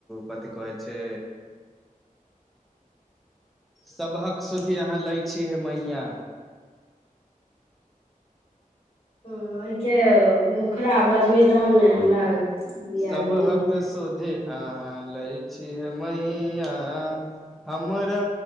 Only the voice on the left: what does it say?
ह एहिके मुखरा बजबै तहन ने हमरा याद
नहि य